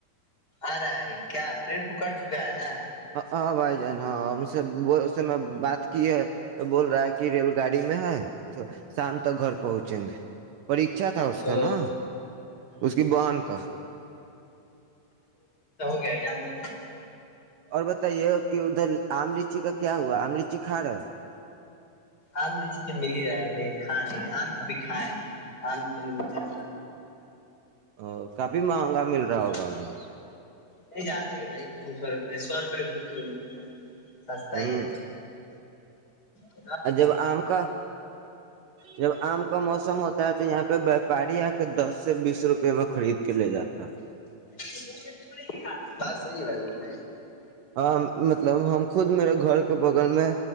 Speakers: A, on the left; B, on the right.
A: آ رہا ہے کیا ٹرین پکڑ چکا ہے نا
B: ہاں بھائی جان ہاں ہم اس میں بات کی ہے تو بول رہا ہے کہ ریل گاڑی میں ہے تو شام تک گھر پہنچیں گے پریچھا تھا اس
A: تو
B: کا نا اس کی بان کا
A: جام م
B: اور بتائیے کہ ادھر آم لچی کا کیا ہوا آم لچی کھا رہے
A: آم لیچے تو مل ہی رہا ہے کھا نہیں رہ آم ابھی کھائے آم تو نہیں مل جات
B: ا کافی مہنگا مل رہا
A: ہے
B: ہوگا ابھی
A: نہیں جاتے نہیں دو سو روپے سو روپے کا دو کلو مل رہا ہے سستا
B: ہوں
A: ہی ہے ہ
B: اور جب آم کا جب آم کا موسم ہوتا ہے تو یہاں پہ وپاری آ کے دس سے بیس روپے میں خرید کے لے جاتا ہے
A: بے بولے گے کا بات صحی ہے بھائی ج نہیں
B: ہاں مطلب مطلب ہم خود میرے گھر کے بغل میں